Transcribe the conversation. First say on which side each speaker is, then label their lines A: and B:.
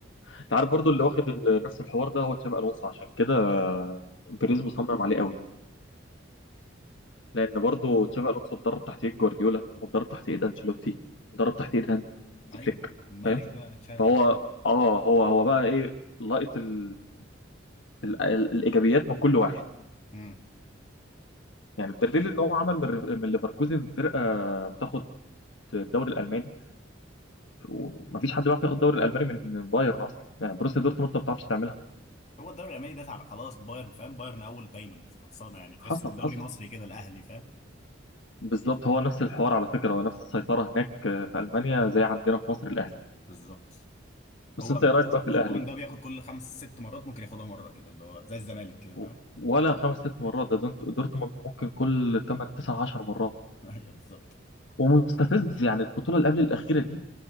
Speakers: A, on the left; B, on the left.
A: انت عارف برضو اللي واخد ال- نفس الحوار ده هو تشابي الونسو عشان كده بيريز مصمم عليه قوي لان برضو تشابي الونسو اتدرب تحت ايد جوارديولا واتدرب تحت ايد انشيلوتي اتدرب تحت ايد هانزي
B: ايوه
A: فليك
B: ده الملك
A: فاهم
B: بقى تشافي
A: فهو
B: ده
A: اه هو هو بقى ايه لقط ال... ال... ال... الايجابيات من كل واحد
B: مم.
A: يعني بدليل ان هو عمل من ريف- من ليفركوزن فرقه بتاخد الدوري الالماني ومفيش حد بيعرف ياخد الدوري الالماني من بايرن اصلا يعني بروسيا دورتموند ما بتعرفش تعملها
B: هو الدوري الالماني ده تعب خلاص بايرن فاهم بايرن اول دايما فخلصانه يعني تحسه
A: حصل حصل
B: دوري مصري كده الاهلي فاهم
A: بالظبط هو نفس الحوار على فكره هو نفس السيطره هناك في المانيا زي عندنا في مصر الاهلي
B: بالظبط
A: بس
B: هو
A: انت
B: <laughs> ب-
A: ايه رايك بقى في
B: دورتموند
A: الاهلي
B: ده بياخد كل خمس ست مرات ممكن ياخدها مره كده اللي هو زي الزمالك كده فاهم
A: و- ولا خمس ست مرات ده دونت- دورتموند ممكن كل 8 9 10 مرات
B: <laughs> ايوه بالظبط
A: ومستفز يعني البطوله اللي قبل الاخيره دي